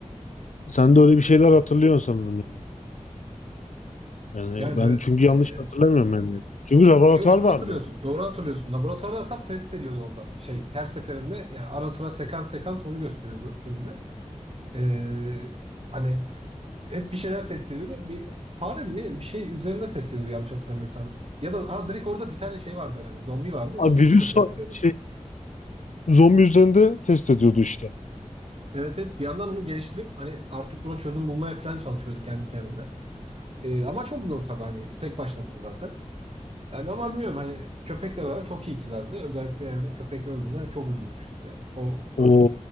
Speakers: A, on the left; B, on the right.
A: Sen de öyle bir şeyler hatırlıyorsun sanırım yani. Yani
B: Yani
A: ben
B: evet.
A: çünkü yanlış
B: Ee,
A: hatırlamıyorum yani. Çünkü laboratuvar
B: yo, yo, doğru
A: vardı.
B: hatırlıyorsun. Doğru hatırlıyorsun. Laboratuvarda hatta test ediyordu orada şey. Her seferinde yani ara sıra sekans sekans onu gösteriyordu filmde. Ee, hani hep bir şeyler test ediyordu. Bir fare mi? Bir şey üzerinde test ediyordu yanlış hatırlamıyorsam. Ya da ha, direkt orada bir tane şey vardı herhalde. Zombi vardı.
A: Abi
B: Zombi
A: virüs
B: üzerinde test
A: fa-
B: ediyordu.
A: şey zombi üzerinde test ediyordu işte.
B: Evet evet bir yandan onu geliştirip hani artık buna çözüm bulmaya falan çalışıyordu kendi kendine. Ee, ama çok zor tabii hani tek başınasın zaten. Yani ama bilmiyorum hani köpekle beraber çok iyi ikilerdi. Özellikle yani köpek öldüğünde çok üzülmüştük ya. O
A: O
B: aklıma